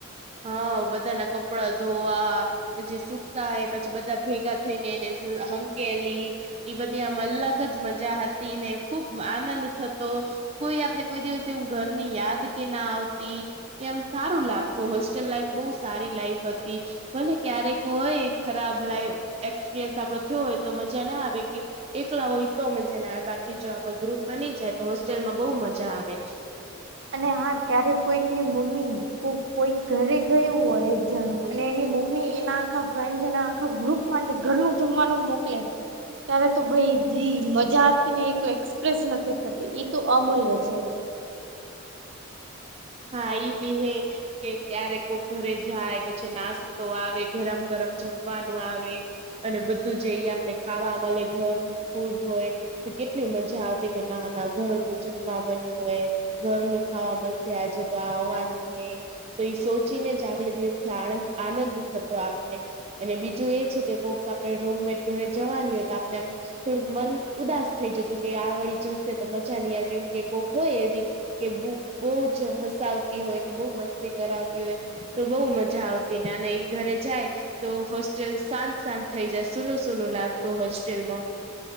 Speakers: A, on the right; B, on the right.
A: હા, બધાના કપડા ધોવા. પછી સુકાય, પછી બધા ભેગા થઈને, એને હંકેલી એઈ બધી આમ અલગ જ મજા હતી ને, ખુબ આનંદ થતો. કોઈ આપને કોઈ દિવસે હું ઘરની યાદ કે, ના આવતી, એમ સારું લાગતું. તો હોસ્ટેલ લાઈફ બહુ સારી લાાઈફ હતી. ભલે ક્યારેક હોય, ખરાબ લાઈ એક્સપિરિયન્સ આપડો થયો હોય, તો મજા ના આવે કે એકલા હોય તો, મજ ને બાકી, જો આપડો ગ્રુપ બની જા, ય તો હોસ્ટેલમાં બઉુ મજા આવે છે.
B: અને હા, ક્યારે કોઈકની મમ્મી કોઈ ઘરે ગયું હોય એ જાણવું, અને એની મમ્મી એના આખા ફ્રેન્ડ એના આખા ગ્રુપ માટે ઘરનું જમવાનું મોકલે, ત્યારે તો ભાઈ મજાતી ને એ એક્સપ્રેસ નથી થતી ઈ તો અમૂલ્ય છે.
A: હા ઈ બી હે કે ક્યારે કોક ઘરે જાય પછ છી નાસ્તો આવે, ગરમ-ગરમ જમવાનું આવે, અને બધું જઈ આપણે ખાવા મલે, ઘર નું ફૂડ હોય તો કેટલી મજા આવતી કે ના-ના ઘરનું જમવા મલ્યું હોઈએ ઘરનું ખાવા મલસે, આજે તો આ આવવાની હે તો ઈ સો ચીને જ આગલે દિવસથી આણંદ આનંદ થતો આપને. અને બીજું એ છે કે કોક આપણે રૂમમેટ ઘરે જવાની હોય તો આપના થોડુંક મન ઉદાસ થઈ જતું કે આવડી જશે તો મજા નહીં આવે કેમ કે કોઈક હોય એવી કે ભૂખ બહું જ હસાવતી હોય કે બહું મસ્તી કરાવતી હોય તો બહુ મજા આવતી ને અને ઈ ઘરે જાય તો હોસ્ટેલ શાંત-શાંત થઈ જાય, સુનું-સનું લાગતું હોસ્ટેલમાં.